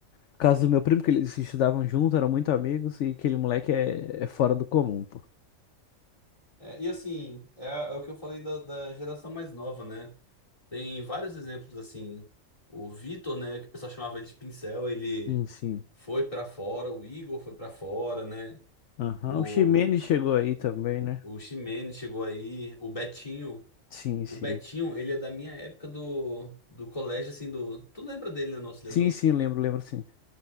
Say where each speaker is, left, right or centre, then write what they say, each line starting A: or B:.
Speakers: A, on the left; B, on the left.
A: a casa do meu primo, que eles estudavam junto, eram muito amigos, e aquele moleque é, é fora do comum, pô.
B: É, e assim, é, é o que eu falei da, da geração mais nova, né? Tem vários exemplos assim. O Vitor, né, que o pessoal chamava ele de pincel, ele
A: Sim, sim.
B: foi pra fora, o Igor foi pra fora, né?
A: Aham.
B: O,
A: O Ximenes chegou aí também, né?
B: o Ximene chegou aí, o Betinho.
A: Sim,
B: O
A: sim.
B: Betinho, ele é da minha época do, do colégio, assim, do. Tu lembra dele na nossa
A: Sim, sim, lembro, lembro, sim.